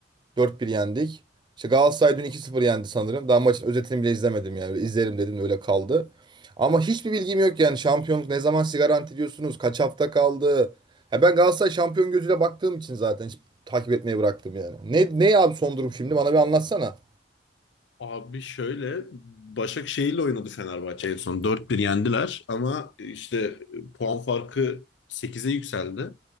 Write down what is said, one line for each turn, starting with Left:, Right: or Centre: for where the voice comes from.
Right: Dört 1 yendik. İşte Galatasaray dün 2-0 yendi sanırım. Daha maçın özetini bile izlemedim yani. Öyle izlerim dedim de öyle kaldı. Ama hiçbir bilgim yok yani. Şampiyonluk ne zaman siz garanti ediyorsunuz? Kaç hafta kaldı? Ya ben Galatasaray şampiyon gözüyle baktığım için zaten hiç takip etmeyi bıraktım yani. Ne, ne abi son durum şimdi? Bana bir anlatsana.
Left: Abi şöyle Başakşehir'le oynadı Fenerbahçe en son. dört 1 yendiler ama işte puan farkı sekize yükseldi.